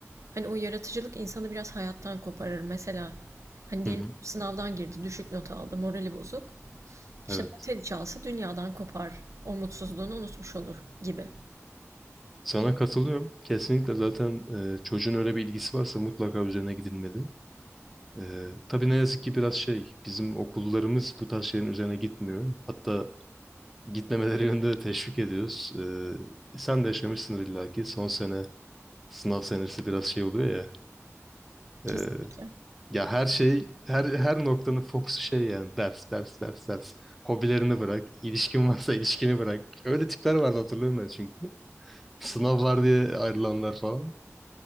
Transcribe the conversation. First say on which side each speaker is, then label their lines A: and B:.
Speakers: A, on the right (about 75°); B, in the centre.
A: Hani o yaratıcılık insanı biraz hayattan koparır. Mesela hani diyelim
B: Hı hı.
A: sınavdan girdi, düşük not aldı, morali bozuk. İşte
B: Evet.
A: bateri çalsa dünyadan kopar. O mutsuzluğunu unutmuş olur gibi.
B: Sana katılıyorum. Kesinlikle zaten e, çocuğun öyle bir ilgisi varsa mutlaka üzerine gidilmeli. Ee, tabii ne yazık ki biraz şey, bizim okullarımız bu tarz şeylerin üzerine gitmiyor. Hatta gitmemeleri yönünde de teşvik ediyoruz. Ee, sen de yaşamışsındır illa ki. Son sene, sınav senesi biraz şey oluyor ya.
A: Kesinlikle.
B: Ee, ya her şey, her her noktanın fokusu şey yani ders, ders, ders, ders. Hobilerini bırak, ilişkin varsa ilişkini bırak. Öyle tipler vardı hatırlıyorum ben çünkü. Sınav var diye ayrılanlar falan.